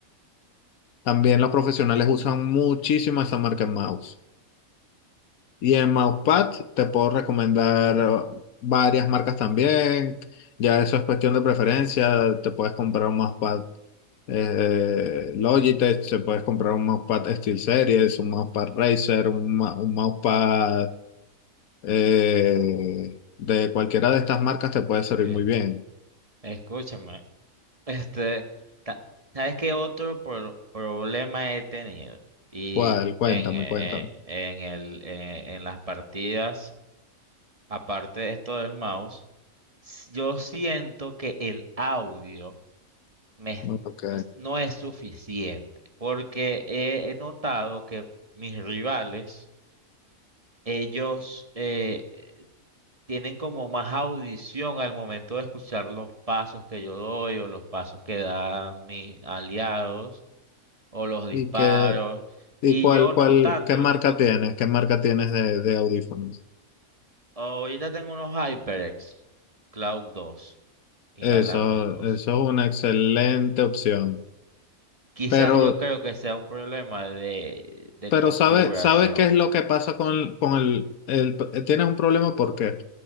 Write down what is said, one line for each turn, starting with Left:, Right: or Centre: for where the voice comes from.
Left: También los profesionales usan muchísimo esa marca en mouse. Y en mousepad te puedo recomendar eh, varias marcas también. Ya eso es cuestión de preferencia. Te puedes comprar un mousepad eh, eh, Logitech, te puedes comprar un mousepad SteelSeries, un mousepad Razer, un, ma- un mousepad eh, de cualquiera de estas marcas te puede servir
Right: Sí.
Left: muy bien.
Right: Escúchame, este, ta- ¿sabes qué otro pro- problema he tenido? Y
Left: ¿Cuál? Cuéntame,
Right: en, eh,
Left: cuéntame.
Right: en el, eh, en las partidas. aparte de esto del mouse, s- yo siento que el audio me es-
Left: No, Ok.
Right: o s- no es suficiente, porque he, he notado que mis rivales, ellos eh, eh, tienen como más audición al momento de escuchar los pasos que yo doy o los pasos que dan mis aliados o los disparos,
Left: ¿Y qué, y
Right: y
Left: cuál,
Right: yo no
Left: cuál,
Right: tanto,
Left: qué
Right: yo
Left: marca
Right: siento,
Left: tienes? ¿Qué marca tienes de, de audífonos?
Right: ahorita tengo unos HyperX Cloud 2 inalámbricos.
Left: Eso, eso es una excelente opción.
Right: Quizás
Left: Pero,
Right: yo creo que sea un problema de, de
Left: pero
Right: configuración.
Left: ¿sabes, sabe qué es lo que pasa con, con el, el- eh, Tienes un problema porque